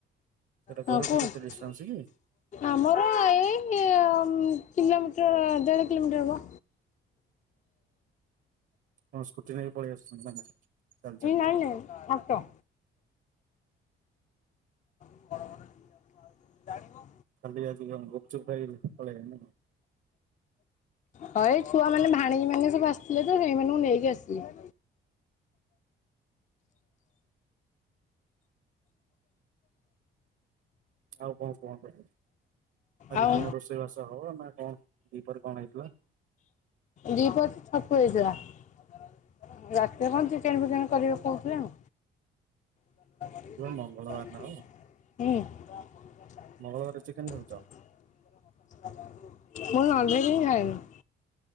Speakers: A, on the right; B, on the left.
A: ସେଇଟା
B: ହଁ
A: ଘରଠୁ
B: କୁହନ୍ତୁ।
A: କେତେ ଡିଷ୍ଟାନ୍ସ କି?
B: ଆମର ଏଇ କିଲୋମିଟର ଦେଢ କିଲୋମିଟର ହବ।
A: ହଁ ସ୍କୁଟି ନେଇକି ପଳେଇ ଆସୁଛନ୍ତି। ଚାଲି ଚାଲି
B: ହଁ ଅଣେ ଅଟ। ବଡ ବଡ ଠିକ ଜାଣିବ।
A: ହାି ଆଜି ଗୁପଚୁପ ଖାଇରି ପଳେଇ
B: ହଁ ଏଇ ଛୁଆ ମାନେ ଭାଣିକୀ ମାନେ ସବୁ ଆସିଥିଲେ ତ ସେଇମାନଙ୍କୁ ନେଇକି ଆସିବେ।
A: ଆଉ କଣ କୁହନ୍ତୁ ଆଜି
B: ଆଉ
A: କଣ ରୋଷେଇ ବାସ ହବ ନା କଣ ଦିପରେ କଣ ହେଇଥିଲା?
B: ଦିପ ଛକୁ ହେଇଥିଲା ରାତିରେ କଣ ଚିକେନ ଫିକେନ କରିବାକୁ କହୁଥିଲେ ଆ ହୁଁ।
A: ଆଜି ମଙ୍ଗଳବାର ନା କଣ
B: ମୁଁ ନଲବ
A: ମଙ୍ଗଳବାର ଚିକେନ ଖାଉଛ
B: ହଁ ଖାଇନି।